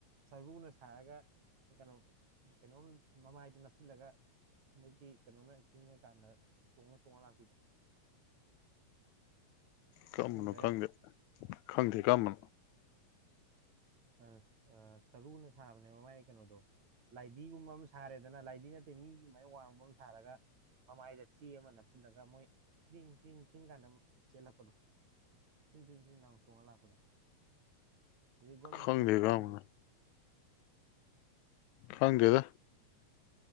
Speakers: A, on the right; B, on the left.
A: ꯆꯔꯨꯅ ꯁꯥꯔꯒ ꯀꯩꯅꯣ ꯀꯩꯅꯣꯝ ꯃꯃꯥꯏꯗ ꯅꯞꯁꯤꯜꯂꯒ ꯃꯣꯏꯒꯤ ꯀꯩꯅꯣꯅ ꯈꯤꯉ ꯀꯥꯟꯗ ꯆꯣꯡꯉ ꯆꯣꯡꯉ ꯂꯥꯛꯄꯤꯗꯣ
B: ꯀꯝꯕꯅꯣ
A: ꯈꯪꯗ꯭ꯔꯦ
B: ꯈꯪꯗꯦ ꯈꯪꯗꯦ ꯀꯔꯝꯕꯅꯣ
A: ꯑ ꯆꯔꯨꯅ ꯁꯥꯕꯅꯦ ꯃꯃꯥꯏ ꯀꯩꯅꯣꯗꯣ ꯗꯤꯒꯨꯝꯕ ꯑꯃ ꯁꯥꯔꯦꯗꯅ ꯂꯥꯏꯙꯗꯤ ꯅꯠꯇꯦ ꯃꯤ ꯑꯗꯨꯃꯥꯏꯅ ꯋꯥꯡꯕ ꯑꯃ ꯁꯥꯔꯒ ꯃꯃꯥꯏꯗ ꯆꯦ ꯑꯃ ꯅꯞꯁꯤꯜꯂꯒ ꯃꯣꯏ ꯀ꯭ꯔꯤꯡ ꯀ꯭ꯡ ꯭ꯡ ꯀꯥꯏꯅ ꯆꯦꯜꯂꯛꯄꯗꯣ ꯏꯤꯟ ꯊ ꯏꯤꯟꯊꯨ ꯅꯨ ꯆꯣꯡꯉꯒ ꯂꯥꯛꯄꯗꯣ ꯒꯣꯜ ꯃꯥꯁꯄꯤ
B: ꯈꯪꯗꯦ
A: ꯄꯦꯖꯤ
B: ꯀꯔꯝꯕꯅꯣ ꯍꯪꯦꯗ